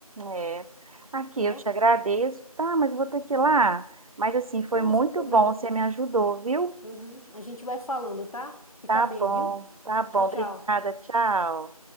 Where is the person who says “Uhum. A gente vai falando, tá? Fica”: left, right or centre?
Left